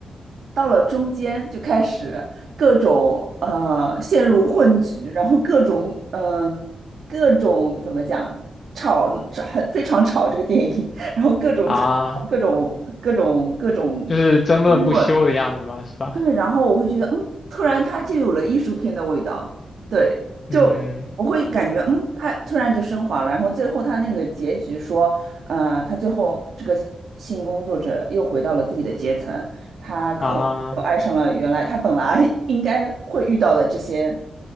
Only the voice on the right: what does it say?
到了中间就开始各种呃陷入混局，然后各种嗯、呃各种怎么讲吵吵很非常吵这个电影，<laughs> 然后各种吵各种各种各种
争论，
对，然后我会觉得，嗯，突然它就有了艺术片的味道。对，就我会感觉，
嗯，它突然就升华了。然后最后它那个结局说，呃，他最后这个性工作者又回到了自己的阶层，他可嗯能又爱上了原来他本来
<laughs> 应该会遇到的这些，